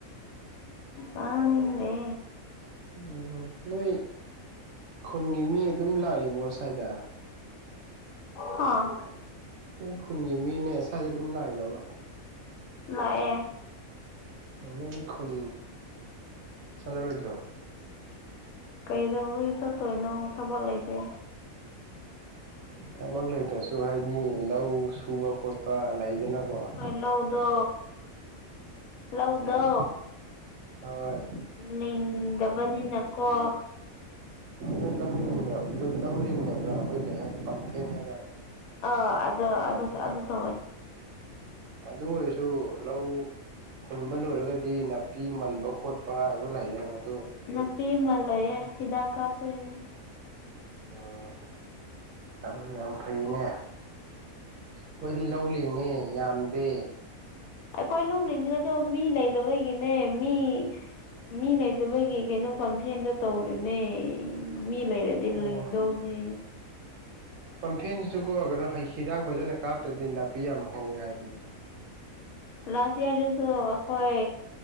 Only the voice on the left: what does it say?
ꯇꯅꯤꯡꯗꯦ
ꯍꯥꯥ
ꯂꯥꯛꯑꯦ
ꯀꯩꯗꯧꯕꯒꯤ ꯆꯠꯇꯣꯏꯅꯣ ꯊꯕꯛ ꯂꯩꯇꯦ
ꯍꯩꯅꯧꯗꯣ ꯂꯧꯗꯣ
ꯂꯤꯡꯗꯕꯅꯤꯅ ꯀꯣ
ꯑꯥ ꯑꯗꯨ ꯑꯗꯨ ꯑꯗꯨ ꯇꯧꯋꯦ
ꯅꯥꯄꯤ ꯑꯃ ꯂꯩꯌꯦ ꯍꯤꯗꯥꯛ ꯀꯥꯞꯇꯣꯏꯅꯦ
ꯑꯈꯣꯏ ꯂꯧ ꯂꯤꯡꯅꯤꯡꯉꯥꯏꯗꯣ ꯃꯤ ꯂꯩꯇꯕꯒꯤꯅꯦ ꯃꯤ ꯃꯤ ꯂꯩꯇꯕꯒꯤ ꯀꯩꯅꯣ ꯄꯥꯝꯐꯦꯟꯗꯣ ꯇꯧꯔꯤꯅꯦ ꯃꯤ ꯂꯩꯔꯗꯤ
ꯂꯤꯡꯗꯧꯅꯦ
ꯂꯥꯁ ꯏꯌꯥꯔꯗꯁꯨ ꯑꯩꯈꯣꯏ